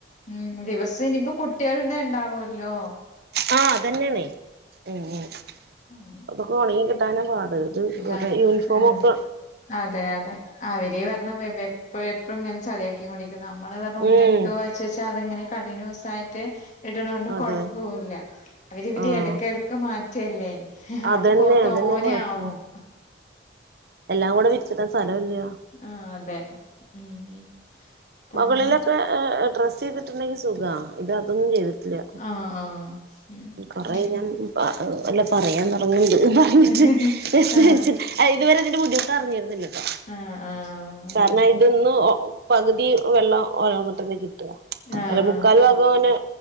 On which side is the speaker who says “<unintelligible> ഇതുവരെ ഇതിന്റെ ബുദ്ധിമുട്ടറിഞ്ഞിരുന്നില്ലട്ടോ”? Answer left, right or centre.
Right